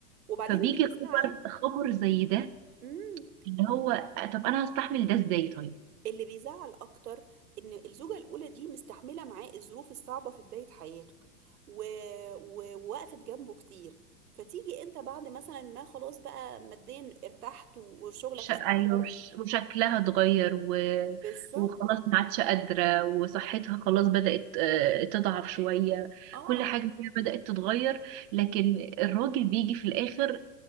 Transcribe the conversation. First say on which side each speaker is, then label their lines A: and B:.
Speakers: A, on the right; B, on the right.
A: وبعدين
B: فبيجي
A: اللي بيزعل
B: خبر خبر زي ده
A: امم
B: اللي هو طب أنا هستحمل ده إزاي طيب
A: اللي بيزعل اكتر ان الزوجه الاولى دي مستحمله معاه الظروف الصعبه في بدايه حياته و... و... ووقفت جنبه كتير فتيجي انت بعد مثلا ما خلاص بقى ماديا ارتحت و- وشغلك
B: ش...
A: استقر
B: ايوه ش... وشكلها اتغير و...
A: بالظبط
B: وخلاص ما عادش قادره وصحتها خلاص بدات آه، تضعف شويه
A: اه
B: كل حاجه فيها بدات تتغير لكن الراجل بيجي في الاخر